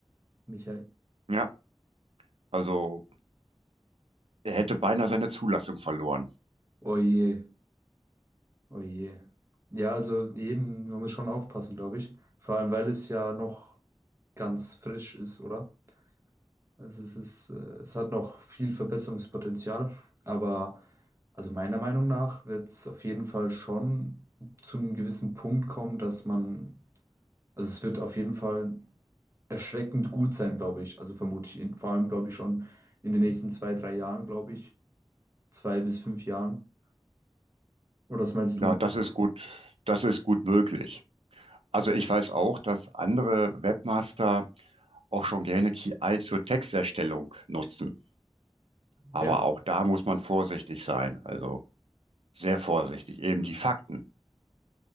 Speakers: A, on the right; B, on the right.
A: Michael.
B: Ja, also er hätte beinahe seine Zulassung verloren.
A: Oh je, oh je. Ja, also eben, man muss schon aufpassen, glaube ich. Vor allem, weil es ja noch ganz frisch ist, oder? Also es ist, äh, es hat noch viel Verbesserungspotenzial, aber also meiner Meinung nach wird es auf jeden Fall schon zu einem gewissen Punkt kommen, dass man, also es wird auf jeden Fall erschreckend gut sein, glaube ich. Also vermute ich, in, vor allem glaube ich schon in den nächsten zwei, drei Jahren, glaube ich, zwei bis fünf Jahren. Oder was meinst
B: Ja,
A: du?
B: das ist gut, das ist gut möglich. Also ich weiß auch, dass andere Webmaster auch schon gerne KI zur Texterstellung nutzen. Aber
A: Ja,
B: auch da muss man vorsichtig sein. Also sehr vorsichtig. Eben die Fakten.